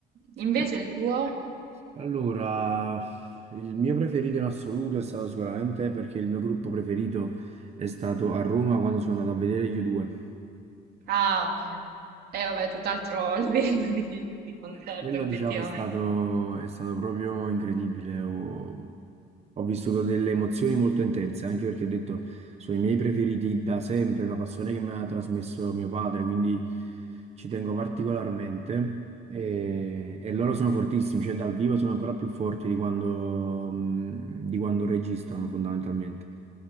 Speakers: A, on the right; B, on the right.
A: invece
B: Eh,
A: il tuo...
B: allora, il mio preferito in assoluto è stato sicuramente perché il mio gruppo preferito è stato a Roma quando sono andato a vedere gli U2.
A: Ah, ok. Eh, vabbè, tutt'altro <laughs> livello di, di concerto
B: Quello,
A: effettivamente.
B: diciamo, è stato, è stato proprio incredibile. Ho, ho vissuto delle emozioni molto intense, anche perché ho detto, sono i miei preferiti da sempre, una passione che mi ha trasmesso mio padre, quindi ci tengo particolarmente. E, e loro sono fortissimi, cioè dal vivo sono ancora più forti di quando, mh, di quando registrano, fondamentalmente.